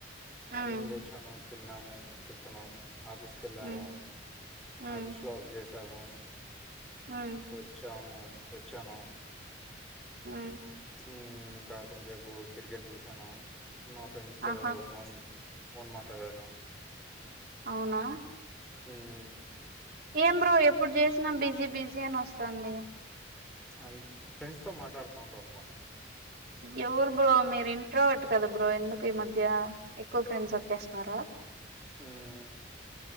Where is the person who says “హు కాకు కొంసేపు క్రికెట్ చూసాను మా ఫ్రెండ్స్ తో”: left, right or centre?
Centre